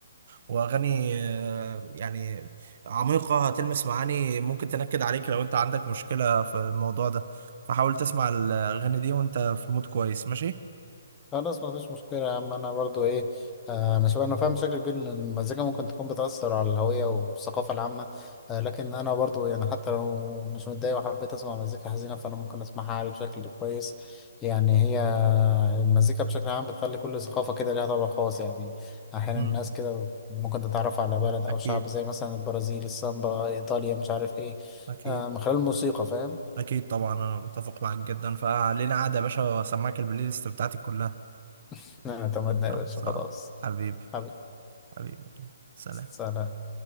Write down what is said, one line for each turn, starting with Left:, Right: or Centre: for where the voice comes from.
Right: واغاني آه، يعني عميقه هتلمس معاني ممكن تنكد عليك لو انت عندك مشكله في الموضوع ده فحاول تسمع الاغاني دي وانت في مود كويس ماشي
Left: خلاص مفيش مشكلة يا عم أنا برضو إيه آه أنا شوف أنا فاهم بشكل كبير إن المزيكا ممكن تكون بتأثر على الهوية والثقافة العامة آه لكن أنا برضو يعني حتى لو مش متضايق وحبيت أسمع مزيكا حزينة فأنا ممكن أسمعها عادي بشكل كويس يعني هي المزيكا بشكل عام بتخلي كل ثقافة كده ليها طابع خاص يعني أحيانا
Right: مم.
Left: الناس كده ممكن تتعرف على بلد أو
Right: اكيد
Left: شعب زي مثلا البرازيل السامبا إيطاليا مش عارف إيه
Right: اكيد
Left: آه من خلال الموسيقى فاهم
Right: اكيد طبعا انا متفق معاك جدا فعلينا قاعده يا باشا واسمعك البلاي ليست بتاعتي كلها
Left: <laughs> اعتمدنا يا
Right: خلاص
Left: باشا خلاص
Right: حبيبي
Left: حبيبي
Right: حبيبي سلام
Left: سلام